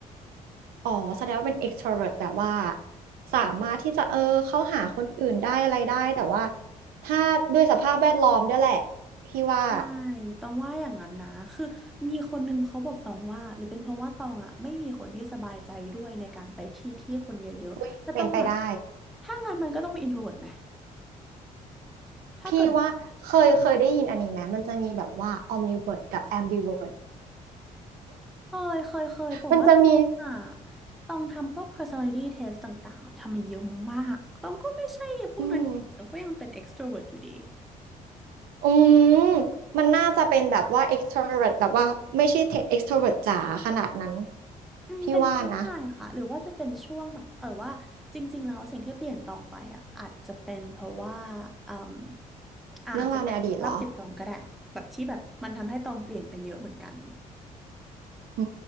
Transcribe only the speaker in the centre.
ใช่ตองว่าอย่างนั้นนะ คือมีคนนึงเขาบอกตองว่า หรือเป็นเพราะว่าตองอ่ะไม่มีคนที่สบายใจด้วยในการไปที่ที่คนเยอะๆจะต้องแบบ
ถ้างั้นมันก็ต้องเป็น introvert ไหมถ้าเกิดว่า
เคยเคยเคยแต่ว่าจริงๆอ่ะ
ตองทำพวก personality test ต่างๆ ทำมันเยอะมากตองก็ไม่ใช่พวกนั้นอยู่ดีตองก็ยังเป็น
extrovert อยู่ดี
อืมเป็นไปได้ค่ะหรือว่าจะเป็นช่วงแบบเออว่าจริงๆแล้วสิ่งที่เปลี่ยนตองไปอ่ะอาจจะเป็นเพราะว่า
อืมอ่าอาจจะเป็นสุขภาพจิตตองก็ได้แบบที่แบบมันทำให้ตองเปลี่ยนไปเยอะเหมือนกัน